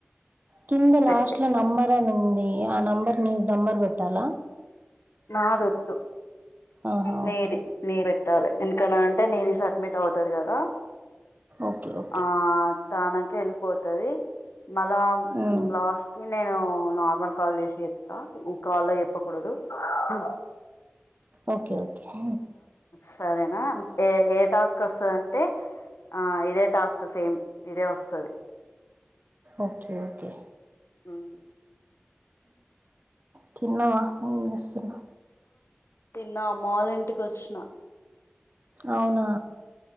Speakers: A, on the right; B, on the left.
A: కింద
B: పెట్టే
A: లాస్ట్ లో నంబర్ అని ఉంది. ఆ నంబర్ ని నంబర్ కు పెట్టాల
B: నా వోద్దు
A: ఆహా
B: నీది
A: ఓకే
B: నీది పెట్టాలె ఎందుకనంటే అంటే నీది సబ్మిట్ అవుతది కదా
A: ఓకే ఓకే
B: ఆ తనకు ఎల్పోతది మల్ల
A: ఉమ్,
B: లాస్ట్ కి నేను నార్మల్ కాల్ చేసి చెప్తా ఈ కాల్లో చెప్పకూడదు. అ
A: ఒకె ఒకే
B: సరెనా ఎ ఏ టాస్కొస్తదంటే ఆ ఇదే టాస్క్ సేమ్ ఇదే వస్తది
A: ఒకె ఓకె
B: మ్
A: తిన్నవ ఎంజేస్తున్నవ్
B: తిన్న అమ్మ వాళ్ళ ఇంటికొచ్చిన
A: అవునా